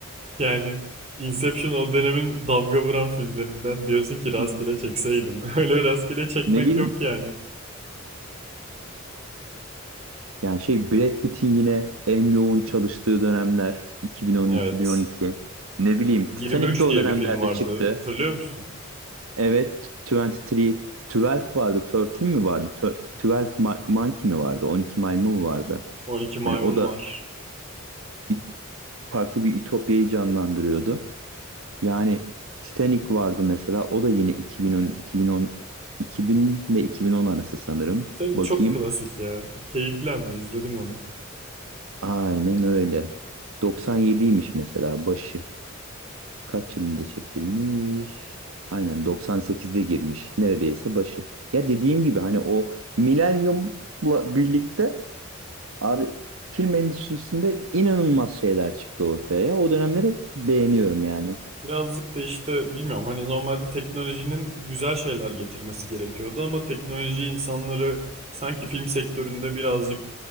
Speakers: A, on the right; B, on the right.
A: Yani Inception o dönemin damga vuran filmlerinden diyorsun ki rastgele
B: Hı.
A: çekseydim. <laughs> Öyle bir rastgele çekmek
B: Ne bileyim.
A: yok yani.
B: Yani şey Brad Pitt'in yine en yoğun çalıştığı dönemler 2010-2012.
A: Evet.
B: Ne bileyim
A: 23
B: Titanic de o
A: diye
B: dönemlerde
A: bir film vardı.
B: çıktı.
A: Hatırlıyor musun?
B: Evet 23, 12 vardı, 13 mi vardı? Tö- 12 Ma- Monkey mi vardı? 12 Maymun mu vardı?
A: 12 Maymun
B: Hani o da
A: var.
B: it- farklı bir ütopyayı canlandırıyordu. Yani Titanic vardı mesela. O da yine 2010, 2010, 2000 ve 2010 arası sanırım.
A: Senin
B: Bakayım.
A: çok klasik ya. Keyifli ama izledim onu.
B: Aynen öyle. 97'ymiş mesela başı. Kaç yılında çekilmiş? Aynen 98'de girmiş. Neredeyse başı. Ya dediğim gibi hani o milenyumla birlikte abi film endüstrisinde inanılmaz şeyler çıktı ortaya ya. O dönemleri beğeniyorum yani.
A: Birazcık da işte bilmiyorum hani normalde teknolojinin güzel şeyler getirmesi gerekiyordu ama teknoloji insanları sanki film sektöründe birazcık